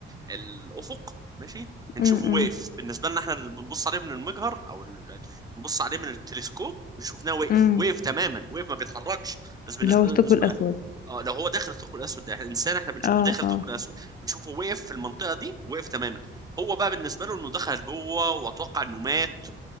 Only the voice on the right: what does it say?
الأفق ماشي هنشوفه
واقف بالنسبة لنا احنا اللي بنبص عليه من المجهر أو ال- بنبص عليه من التلسكوب شفناه واقف
واقف تماما واقف ما بيتحركش بس بالنسبة
اه لو هو داخل الثقب الاسود ده احنا انسان احنا بنشوفه
داخل الثقب
الاسود بنشوفه وقف في المنطقه دي وقف تماما هو بقى بالنسبه له انه دخل جوه واتوقع انه مات